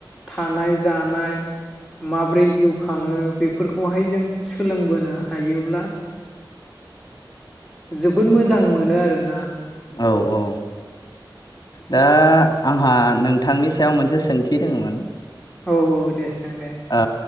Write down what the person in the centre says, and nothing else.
थानाय जानाय माब्रै जिउ खाङो बेफोरखौहाय जों सोलोंबोनो हायोब्ला जोबोद मोजां मोनो आरोना
औ औ दे सों दे